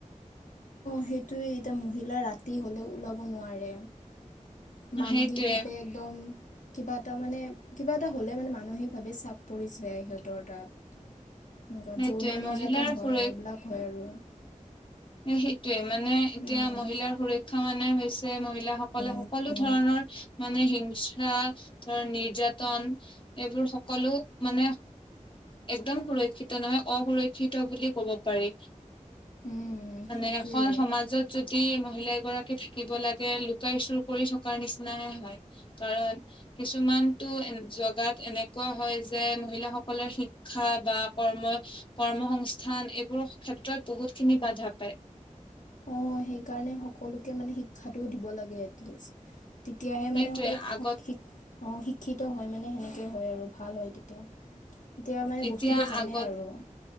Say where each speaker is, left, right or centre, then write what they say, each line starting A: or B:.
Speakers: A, on the left; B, on the left.
A: সেইটোয়ে এতিয়া মহিলা ৰাতি হ'লে ওলাব নোৱাৰে। মানসিকভাৱে
B: সেইটোয়ে
A: একদম কিবা এটা মানে কিবা এটা হ'লে মানে মানসিকভাৱে চাপ পৰি যায় সিহঁতৰ তাত।
B: সেইটোয়ে
A: যৌন -নিৰ্যাতন
B: মহিলাৰ
A: হয়
B: সুৰ
A: এইবিলাক হয় আৰু।
B: এ সেইটোয়ে মানে এতিয়া
A: উম
B: মহিলাৰ সুৰক্ষা মানে হৈছে মহি হিলাসকলে
A: উম
B: সকলো
A: উম
B: ধৰণৰ মানে হিং সা ধৰা নিৰ্যাতন এইবোৰ সকলো মানে একদম সুৰক্ষিত নহয় অসুৰক্ষিত বুলি ক'ব পাৰি।
A: উম
B: মানে
A: সেইটোৱে
B: এখন সমাজত যদি মহিলাই <unintelligible> গৰাকী থাকিব লাগে, লুকাই চুৰ কৰি থকাৰ নিচিনে হয় কাৰণ কিছুমান টো কিছুমান জগাত এনেকুৱা হয় যে মহিলা সকলৰ শি ক্ষা বা কৰ্ম কৰ্মসংস্থান এইবোৰ ক্ষেত্ৰত বহুত খিনি বাধা পায়। <inaudible>
A: অ' সেইকাৰনে সকলোকে মানে শিক্ষাটো দিব লাগে। তেতিয়াহে
B: সেইটোয়ে
A: মানে অলপ
B: আগত
A: শিক্ষা অ' শি শিক্ষিত হয় মানে সেনেকে হয় আৰু ভাল হয় তেতিয়া। তেতিয়া মানে
B: এতিয়া
A: বস্তুবোৰ জানে
B: আগত
A: আৰু